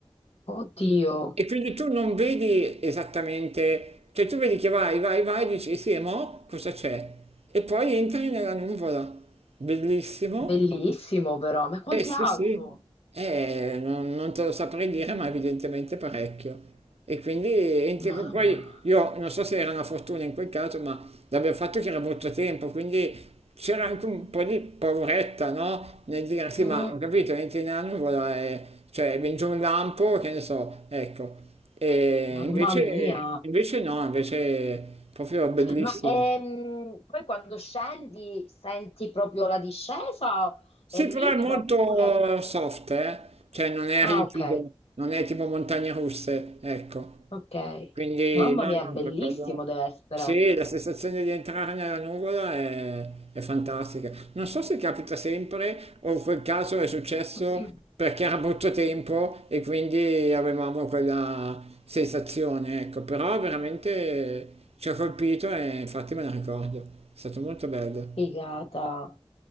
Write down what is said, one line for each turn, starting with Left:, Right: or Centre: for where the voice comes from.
Left: oddio,
Right: E quindi tu non vedi esattamente, cioè tu vedi che vai, vai, vai, dici sì, e mo cosa c'è? E poi entri nella nuvola. Bellissimo,
Left: bellissimo però, ma quanto
Right: eh sì,
Left: è alto?
Right: sì, Eh, non, non te lo saprei dire, ma evidentemente parecchio. E quindi entri-
Left: Mamma.
Right: poi io non so se era una fortuna in quel caso, ma l'abbiamo fatto che era molto tempo, quindi c'era anche un po' di pauretta, no? Nel dire sì,
Left: Mm.
Right: ma ho capito, entri in annuvola e cioè vince un lampo, che ne so, ecco. E
Left: Mamma
Right: invece,
Left: mia,
Right: invece no, invece proprio bellissimo.
Left: ma ehm, poi quando scendi senti proprio la discesa?
Right: Sì,
Left: È ripida
Right: però è molto
Left: oppure...
Right: soft, eh? Cioè non è
Left: Ah,
Right: ripido,
Left: ok,
Right: non è tipo montagne russe, ecco.
Left: ok.
Right: Quindi
Left: Mamma
Right: no,
Left: mia,
Right: no,
Left: bellissimo
Right: per quello...
Left: deve essere.
Right: Sì, la sensazione di entrare nella nuvola è, è fantastica. Non so se capita sempre o in quel caso è successo
Left: <clears throat>
Right: perché era brutto tempo e quindi avevamo quella sensazione, ecco. Però veramente ci ha colpito e infatti me la ricordo. È stato molto bello.
Left: Figata,